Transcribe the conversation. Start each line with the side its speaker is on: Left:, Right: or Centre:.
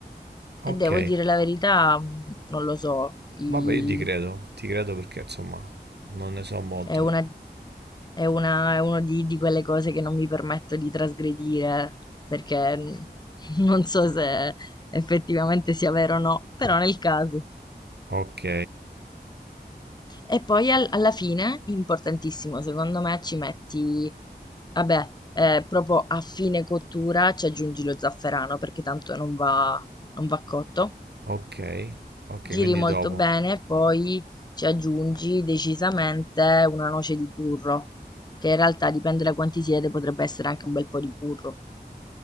Right: Ok,
Left: E devo dire la verità, mh, non lo so, i-
Right: vabbè, io ti credo, ti credo perché insomma non ne so molto.
Left: è una, è una, è uno di, di quelle cose che non mi permetto di trasgredire perché mh, <laughs> non so se effettivamente sia vero o no, però nel caso.
Right: Ok,
Left: E poi al- alla fine, importantissimo, secondo me ci metti Vabbè, eh, proprio a fine cottura ci aggiungi lo zafferano perché tanto non va, non va cotto.
Right: ok, ok,
Left: Giri
Right: quindi
Left: molto
Right: dopo.
Left: bene, poi ci aggiungi decisamente una noce di burro, che in realtà dipende da quanti siete, potrebbe essere anche un bel po' di burro,